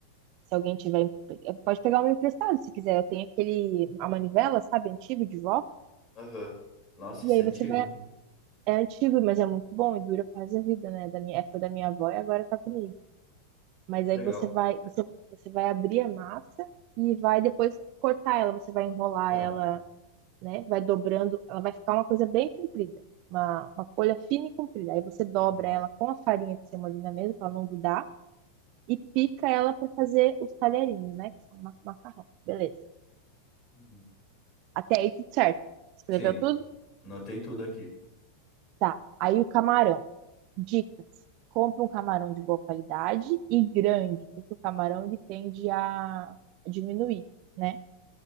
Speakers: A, on the right (about 40°); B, on the left (about 30°).
A: se alguém tiver. eh, Pode pegar uma emprestado se quiser. Eu tenho aquele. A manivela, sabe? Antigo de vó.
B: Aham. Nossa,
A: E
B: isso
A: aí
B: é
A: você
B: antigo.
A: vai. É antigo, mas é muito bom e dura pra a vida, né? Da minha, é, foi da minha avó e agora tá comigo. Mas
B: Que
A: aí
B: Legal.
A: você vai, você, você vai abrir a massa e vai depois cortar ela. Você vai enrolar
B: Tá.
A: ela, né? Vai dobrando. Ela vai ficar uma coisa bem comprida. Uma, uma folha fina e comprida. Aí você dobra
B: Uhum.
A: ela com a farinha de semolina mesmo, pra ela não grudar e pica ela para fazer os talherinhos, né? Que são ma- macarrão. Beleza.
B: Uhum.
A: Até aí tudo certo. Escreveu
B: Sim,
A: tudo?
B: anotei tudo aqui.
A: Tá. Aí o camarão. Dicas. Compra um camarão de boa qualidade e grande, porque o camarão ele tende a diminuir, né?